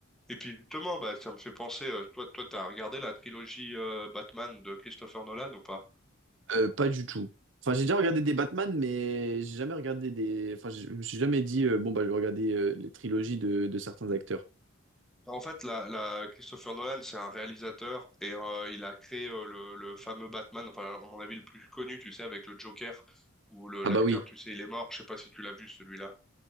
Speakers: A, in the centre; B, on the right.
A: Et puis justement, bah, ça me fait penser, euh, toi, toi, t'as regardé la trilogie euh, Batman de Christopher Nolan ou pas?
B: Euh, pas du tout. Enfin, j'ai déjà regardé des Batman, mais j'ai jamais regardé des. Enfin, je je me suis jamais dit, euh, bon, bah, je vais regarder euh, les trilogies de, de certains acteurs.
A: En fait, la, la- Christopher Nolan, c'est un réalisateur et euh, il a créé euh, le, le fameux Batman, enfin, à mon avis, le plus connu, tu sais, avec le Joker, où le, l'acteur,
B: Ah, bah oui.
A: tu sais, il est mort. Je sais pas si tu l'as vu, celui-là.